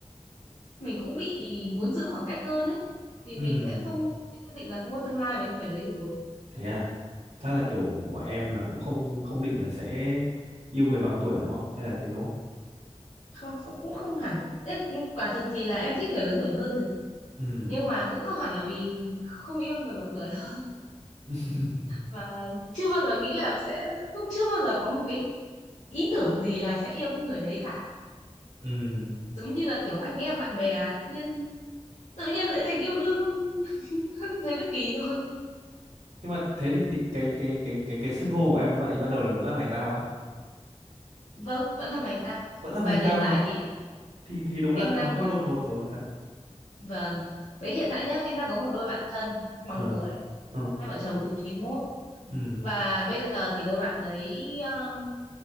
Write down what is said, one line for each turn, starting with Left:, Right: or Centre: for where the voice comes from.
Left: mình cũng bị muốn giữ khoảng cách hơn ấy vì
Right: Ừm,
Left: mình sẽ không mình xác định là không có tương lai với người đấy rồi
Right: thế à chắc là kiểu của em là cũng không không định là sẽ yêu người bằng tuổi đúng không hay là thế đúng không
Left: không, không cũng không hẳn Ê, quả thực thì là em thích người lớn tuổi hơn thực
Right: Ừm,
Left: nhưng mà cũng không hẳn là vì không yêu người bằng tuổi hơn
Right: <laughs>
Left: và chưa bao giờ nghĩ là sẽ không chưa bao giờ có một cái ý tưởng gì là sẽ yêu cái người đấy cả
Right: ừm.
Left: giống như là kiểu anh em bạn bè tự nhiên tự nhiên lại thành yêu đương <laughs> thấy nó kỳ thôi
Right: nhưng mà thế thì, thì cái cái cái cái cái xưng hô của em với bạn ấy ban đầu là vẫn là mày tao á
Left: vâng vẫn là mày tao
Right: vẫn là
Left: và
Right: mày
Left: hiện
Right: tao
Left: tại
Right: thì
Left: thì em
Right: thì thì đúng
Left: em
Right: là nó
Left: đang
Right: hơi
Left: có
Right: đột ngột rồi thật
Left: vâng với hiện tại nhá em đang có một đôi bạn thân bằng
Right: ờ
Left: tuổi
Right: ờ
Left: hai vợ chồng cùng chín mốt
Right: ừ
Left: và bây giờ thì đôi bạn đấy um,